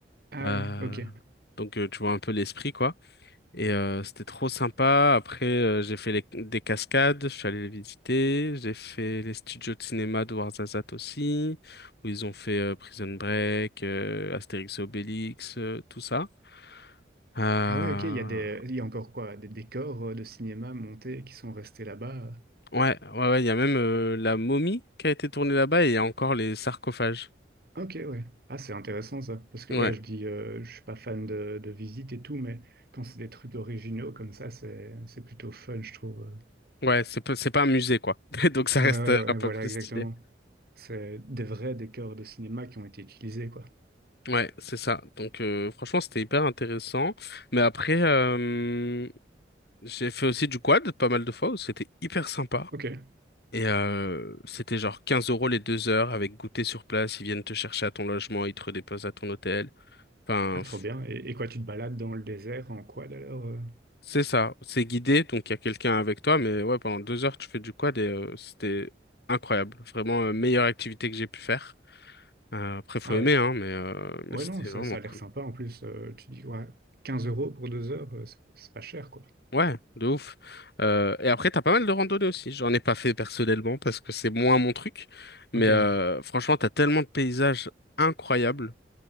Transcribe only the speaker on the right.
Ah
ouais, ok.
Ah ouais, ok, il y a des, il y a encore quoi, des décors euh, de cinéma montés qui sont restés là-bas.
Ok, ouais. Ah, c'est intéressant ça. Parce que,
ouais, je dis, euh, je suis pas fan de, de visite et tout, mais quand c'est des trucs originaux comme ça, c'est, c'est plutôt fun, je trouve. euh.
Ouais,
ouais,
ouais,
voilà,
exactement.
C'est des vrais décors de cinéma qui ont été utilisés, quoi.
Ok.
Ah, trop
bien. Et, et quoi, tu te balades dans le désert en quad alors? euh
Ah,
ouais.
Ouais,
non, ça,
ça a
l'air sympa en plus. euh, tu dis, ouais, 15 euros pour deux heures, euh, c'est c'est pas cher, quoi.
Ok,
ouais.